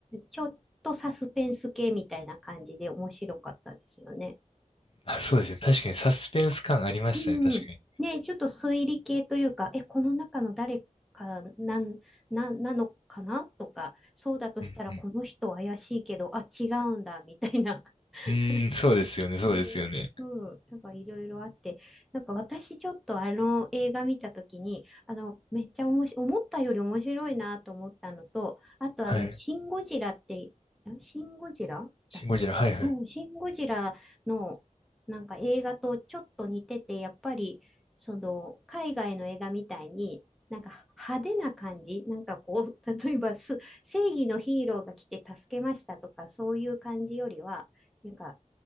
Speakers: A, in the centre; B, on the left.
A: ちょっとサスペンス系みたいな感じで面白かったですよね。
B: あ、そうですね。確かにサスペンス感ありましたね。
A: うん。
B: 確かに。
A: ねえ、ちょっと推理系というか、え、この中の誰かなん、な、なのかなとか、そうだとしたらこの人怪しいけど、
B: うん
A: あ、違うんだ、みたいな <laughs>
B: うーん、そうですよね、そうですよね。
A: で、うん、なんかいろいろあって、なんか私ちょっとあの映画見たときに、あの、めっちゃ面白い、思ったより面白いなと思ったのと、あとあの、
B: はい。
A: シン・ゴジラって、あシン・ゴジラだっけうん、
B: シン・ゴジラ、はいはい。
A: シン・ゴジラのなんか映画とちょっと似てて、やっぱり、その、海外の映画みたいに、なんか派手な感じ、なんかこう、<laughs> 例えばす、正義のヒーローが来て助けましたとか、そういう感じよりは、なんか、